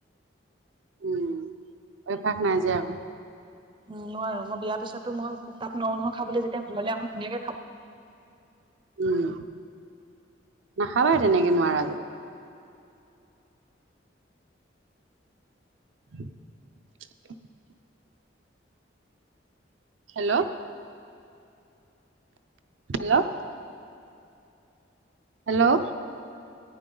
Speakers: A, on the right (about 80°); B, on the right (about 25°).
A: উম ঐ ফাক নাই আমাৰ।
B: উম নোৱাৰো মই বিয়াৰ পিছতো মই তাত নোৱাৰোঁ নহয় খাবলে। যেতিয়া ঘৰলে আহোঁ ধুনীয়াকে খাব
A: উম নাখাবা তেনেকে নোৱাৰা যদি <inaudible> হেল্ল' হেল্ল' হেল্ল'